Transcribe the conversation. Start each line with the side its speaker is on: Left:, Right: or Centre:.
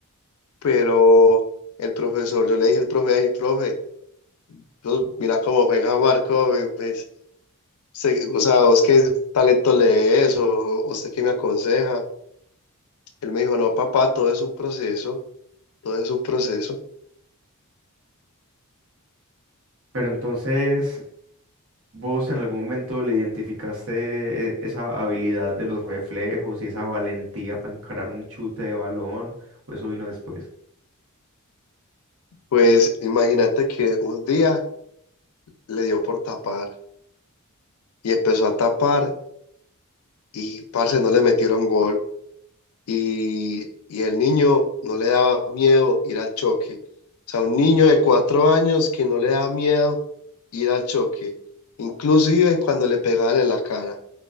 Left: pero el profesor, yo le dije al profe, ay, profe, pues, mira cómo juega Marco, eh, pues, se- o sea, vos qué talento lees o o usted qué me aconseja. Él me dijo, no, papá, todo es un proceso, todo es un proceso.
Right: Pero entonces ¿Vos en algún momento le identificaste eh, esa habilidad de los reflejos y esa valentía para encarar un chute de balón? ¿O eso vino después?
Left: Pues imagínate que un día le dio por tapar y empezó a tapar y, parce, no le metieron gol. y, y el niño no le daba miedo ir al choque. O sea, un niño de cuatro años que no le da miedo ir al choque, inclusive cuando le pegaban en la cara.